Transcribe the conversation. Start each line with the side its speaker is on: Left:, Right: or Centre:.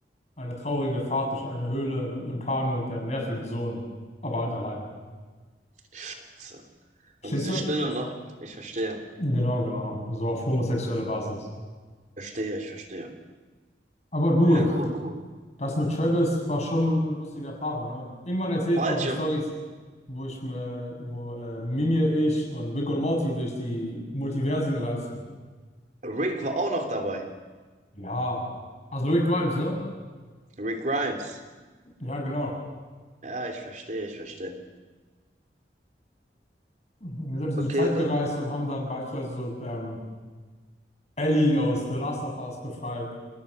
Left: eine traurige Fahrt durch eine Höhle mit einem Kanu und deinem nervigen Sohn, aber halt alleine.
Right: Scheiße.
Left: Verstehst
Right: Und diese
Left: du?
Right: Stille noch? Ich verstehe.
Left: Genau, genau. So auf homosexuelle Basis.
Right: Verstehe, ich verstehe.
Left: Aber du,
Right: Ja, gut.
Left: das mit Travis war schon eine lustige Erfahrung, ne? Irgendwann erzähle ich
Right: Bald,
Left: dir auch die
Right: Joch.
Left: Stories, wo ich mir, wo äh, Mimir, ich und Rick und Morty durch die Multiversen gereist sind.
Right: Rick war auch noch dabei.
Left: Ja, also Rick Grimes, ne?
Right: Rick Grimes.
Left: Ja, genau.
Right: Ja, ich verstehe, ich verstehe.
Left: Wir sind ein bisschen
Right: Okay,
Left: durch die Zeit
Right: dann
Left: gereist und haben dann beispielsweise so ähm, Ellie aus The Last of Us befreit.